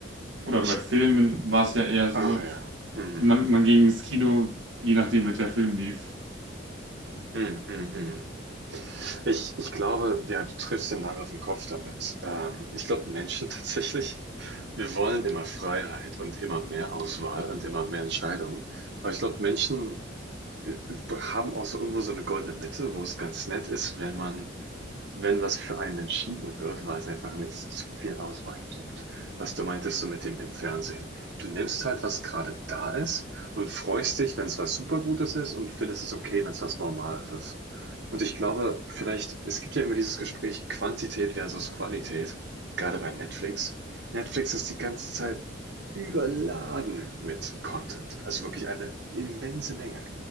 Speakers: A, on the right; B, on the right.
A: Oder
B: Ich,
A: bei Filmen war es ja eher so,
B: ah ja. Mhm.
A: man, man ging ins Kino, je nachdem, welcher Film lief.
B: Mhm, mhm. mhm. Ich, ich glaube, ja, du triffst den Nagel auf den Kopf damit. Ähm, ich glaube, Menschen tatsächlich, wir wollen immer Freiheit und immer mehr Auswahl und immer mehr Entscheidungen. Aber ich glaube, Menschen äh, haben auch so irgendwo so eine goldene Mitte, wo es ganz nett ist, wenn man Wenn was für einen entschieden wird, weil es einfach nicht so viel Auswahl gibt. Was du meintest du mit dem im Fernsehen. Du nimmst halt, was gerade da ist und freust dich, wenn es was Supergutes ist und findest es okay, wenn es was Normales ist. Und ich glaube, vielleicht, es gibt ja immer dieses Gespräch Quantität versus Qualität, gerade bei Netflix. Netflix ist die ganze Zeit überladen mit Content, also wirklich eine immense Menge.